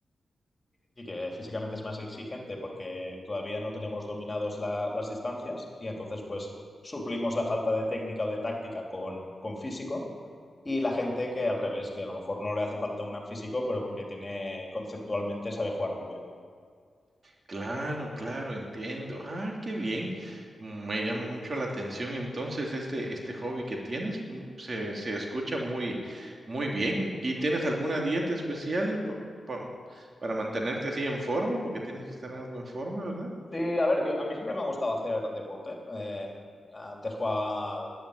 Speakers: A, on the left; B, on the right.
A: Y que físicamente es más exigente porque todavía no tenemos dominados la- las distancias y entonces pues suplimos la falta de técnica o de táctica con, con físico y la gente que al revés, que a lo mejor no le hace falta un gran físico, pero porque tiene conceptualmente sabe jugar muy bien.
B: Claro, claro, entiendo. Ah, qué bien. Mm, Me llama mucho la atención entonces este, este hobby que tienes. mm, Se, se escucha muy, muy bien. ¿Y tienes alguna dieta especial pa- pa- para mantenerte así en forma? Porque tienes que estar algo en forma, ¿verdad?
A: Sí, a ver, yo, a mí siempre me ha gustado hacer deporte. En- antes jugaba,